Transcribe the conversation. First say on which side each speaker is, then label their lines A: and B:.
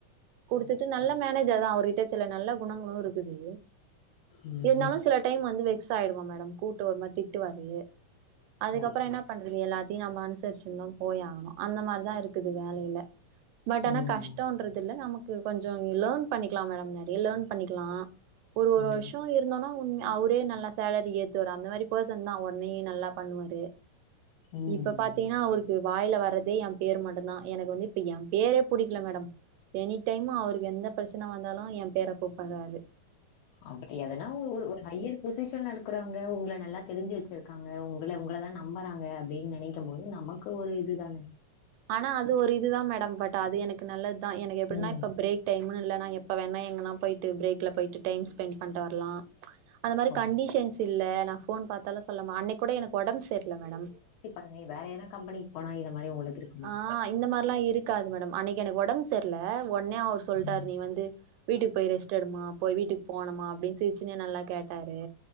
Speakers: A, on the right (about 85°); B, on the left (about 75°).
A: குடுத்துட்டு
B: ஓகே.
A: நல்ல மேனேஜர்தா அவரு ட சில நல்ல குணங்களு இருக்குது
B: ம்.
A: இருந்தாலு சில டைம் வந்து வெக்சாய்டுவே மேடம் கூப்டு ஒரு மாரி திட்டுவாரு அதுக்கப்பற
B: ஓகே.
A: என்னா பண் எல்லாத்தயு நம்ம அனுசருச்சுந்தா போய் ஆகணு அந்த மாரிதா இருக்குது இல்ல பட் ஆனா
B: ம்,
A: கஷ்டோ ர்ரதில்ல நமக்கு கொஞ்சொ லேர்ன் பண்ணிக்கலா மேடம் நெறைய லேர்ன் பண்ணிக்கலா ஒரு ஒரு
B: ம்,
A: வர்ஷோ மாரி இருந்தோனா உன்னே அவுரே நல்லா சேலரி ஏத்துவாரு அந்த மாரி பெர்சன் தா உட்னயே நல்லா பண்ணுவாரு
B: ம்.
A: இப்ப பாத்தீங்ன்னா அவருக்கு வாய்ல வர்ரதே எ பேர் மட்டுந்தா எனக்கு வந்து எ பேரே புடிக்கல மேடம் எனி டைம்மு அவருக்கு எந்த பிரச்சன வந்தாலு எ பேர கூப்பற்றாரு
B: அப்டி எதனா ஒரு ஒரு ஹையர் பொசிஷன்ல இருக்கறவங்க உங்கள நல்லா தெருஞ்சு வச்சுருக்காங்க உங்கள உங்களதா நம்பறாங்க அப்டின் நெனைக்கம் போது நமக் க்கு ஒரு இது தான
A: ஆனா அது ஒரு இதுதா மேடம் பட் அது எனக்கு நல்லத் தா எனக்கு எப்டின்னா
B: ம்.
A: இப்ப ப்ரேக் டைம்ன்னு இல்ல நா எப்ப வேணா எங்கனா போய்ட்டு ப்ரேக்ல போய்ட்டு டைம் ஸ்பெண்ட் பண்ட்டு வர்லா அந்த மாரி
B: ஓ
A: கண்டிஷன்ஸ் இல்ல நா போன் பாத்தாலு சொல்லாம அன்னக் கூட எனக்கு ஒடம்பு சரி இல்ல மேடம்
B: பாங்க வேற எதனா கம்பனிக் போனா இந்த மாரி ஒங்களுக்கு இருக்
A: ஆ இந்த மாரிலா இருக்காது மேடம் அன்னக்கி எனக்கு ஒடம்பு சர்ல ஒன்னே அவரு சொல்ட்டாரு
B: ம்
A: நீ வந்து வீட்டுக்கு போய் ரெஸ்ட் எடுமா போய் வீட்டுக்கு போணும்மா அப்டின் சிருச்சுன்னே நல்லா கேட்டாரு